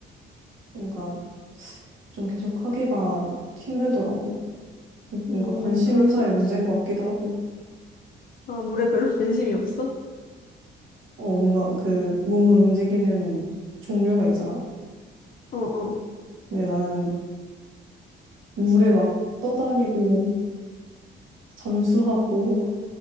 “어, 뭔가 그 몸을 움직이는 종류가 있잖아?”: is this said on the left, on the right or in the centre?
Right